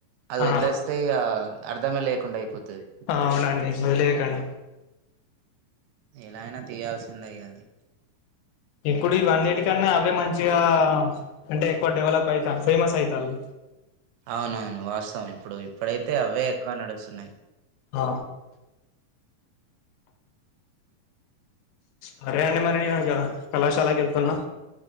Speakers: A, on the right; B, on the left.
A: అది
B: ఆ
A: వదిలేస్తే ఇగ అర్ధమే లేకుండా అయిపోతది.
B: అవునండి వదిలేయకండి
A: ఎలా అయినా తీయాల్సిందే ఇగ అది.
B: ఇప్పుడు ఇవన్నీటి కన్నా అవే మంచిగా అంటే ఎక్కువ డెవలప్ అయితా ఫేమస్ అయితాయి.
A: అవునవును వాస్తవం ఇప్పుడు ఇప్పుడైతే అవే ఎక్కువ నడుస్తున్నాయి.
B: ఆ సరే అండి మరి నేను ఇగ కళాశాలకు వెళ్తున్నా.